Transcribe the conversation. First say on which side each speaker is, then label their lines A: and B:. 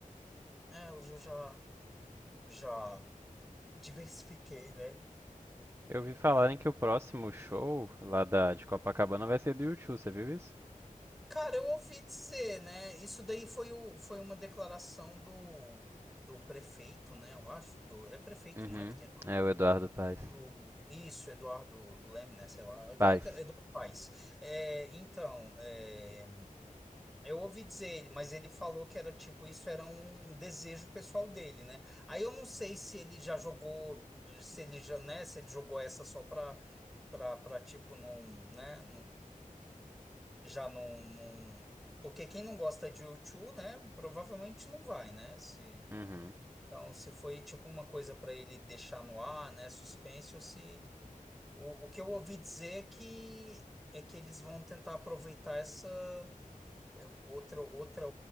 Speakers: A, in the centre; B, on the right.
A: É, hoje eu já, já diversifiquei, né?
B: Eu vi falarem que o próximo show lá da, de Copacabana vai ser do U2, você viu isso?
A: Cara, eu ouvi dizer, né? Isso daí foi, o, foi uma declaração do, do prefeito, né? Eu acho, do, é prefeito,
B: Uhum.
A: não é que tem lá no
B: É o Eduardo
A: Rio?
B: Paes.
A: do Isso, Eduardo Leme, né? Sei lá, é, é,
B: Paes.
A: é Eduardo Paes. É, então, é, eu ouvi dizer, mas ele falou que era tipo, isso era um desejo pessoal dele, né? Aí eu não sei se ele já jogou, se ele já, né? Se ele jogou essa só pra, pra, pra tipo, num, né? já não, não... Porque quem não gosta de U2, né, provavelmente não vai, né? Se...
B: Uhum.
A: Então, se foi tipo uma coisa para ele deixar no ar, né, suspense, ou se... O, o que eu ouvi dizer é que, é que eles vão tentar aproveitar essa é, outra, outra